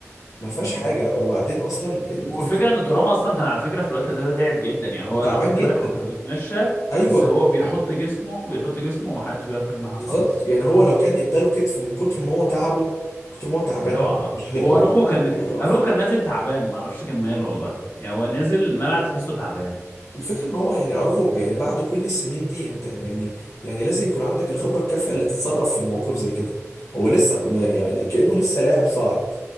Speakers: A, on the left (about 75°); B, on the left (about 45°).
A: ما فيهاش
B: مم.
A: حاجه وبعدين اصلا ال-
B: هو الفكره ان ترام اصلا كان على فكره في الوقت ده تعب جدا يعني هو
A: تعبان
B: لو خدت
A: جدا
B: بالك هو كان بيتمشى
A: ايوه
B: بس هو بيحط جسمه بيحط جسمه ومحدش بيعرف يعمل معاه
A: بالظبط
B: خالص
A: يعني هو لو كان اداله كتف من كتر ما هو تعبه من كتر ما هو تعبان
B: ايوه
A: مش هيقف
B: واروخو
A: مش
B: كان
A: هيقدر يقف
B: اروخو كان نازل تعبان ما اعرفش كان ماله والله يعني هو نازل ملعب تحسه تعبان
A: الفكرة ان هو يعني اراخو يعني بعد كل السنين دي انت يعني يعني لازم يكون عندك الخبرة الكافية اللي تتصرف في المواقف زي كده هو لسه ما يعني كأنه لسه لاعب صاعد